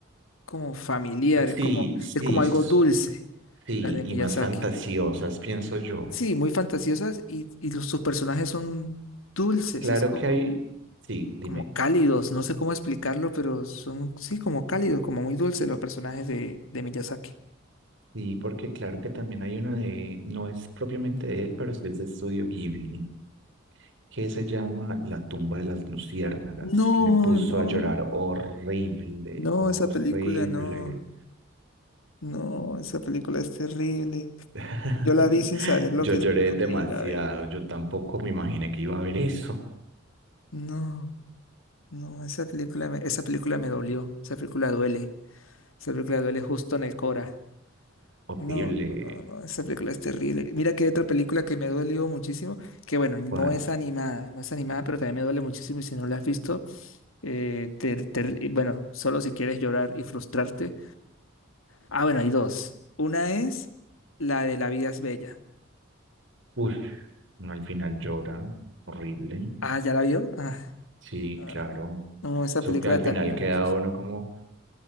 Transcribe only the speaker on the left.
como familiares,
como,
es como algo
dulce,
las de Miyazaki.
Sí, muy fantasiosas y, y los, sus personajes son dulces,
es como,
como cálidos, no sé cómo explicarlo, pero son, sí, como cálidos, como muy dulces los personajes de, de Miyazaki.
No,
no,
no,
esa película no, no, esa película es terrible.
Yo la vi sin saber lo
que,
lo
que iba a ver.
No, no, esa película me, esa película me dolió. Esa película duele. Esa película duele justo en el Cora.
No, no, no, no, esa película es terrible. Mira que hay otra película que me dolió muchísimo, que bueno, no
es animada, no es animada, pero también me duele muchísimo y si no la has visto, eh, te- te- y bueno, solo si quieres llorar y frustrarte. Ah, bueno, hay dos. Una es la de La vida es bella.
Ah, ¿ya la vio? Ah,
ah,
no, esa
película
también
me
puso